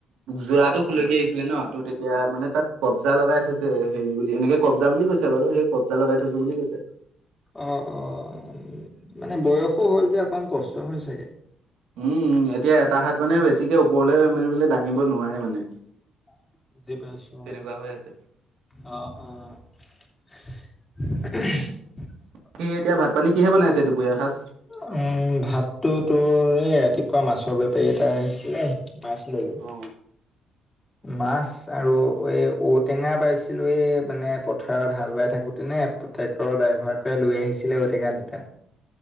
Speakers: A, on the right (about 85°); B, on the left (about 20°).
A: যোৰাতটো খোলকি আহিছিলে ন? ত' তেতিয়া মানে তাত কব্জা লগাই থৈছে হেৰি বুলি এনেকে কব্জা বুলি কৈছে বাৰু সেই কব্জা লগাই থৈছো বুলি কৈছে।
B: অ', অ' মানে বয়সো হ'ল যে অকমান কষ্ট হয় চাগে।
A: উম এতিয়া এটা হাত মানে বেছিকে ওপৰলৈ মেলি বলে দাঙিব নোৱাৰে মানে।
B: বুজি পইছো
A: তেনেকুৱা হৈ আছে।
B: অ' অ' অ'। <inaudible>
A: কি এতিয়া ভাত পানী কিহে বনাইছে দুপৰীয়া সাজ?
B: উম, ভাত টো তোৰ এই ৰাতিপুৱা মাছৰ বেপাৰী এটা আহিছিলে ল'লো।
A: অ
B: মাছ আৰু এই ঔটেঙা পাইছিলো এই মানে পথাৰত হাল বাই থাকোতে নে ট্ৰেক্টৰৰ ড্ৰাইভাৰটোৱে লৈ আহিছিলে ঔটেঙা দুটা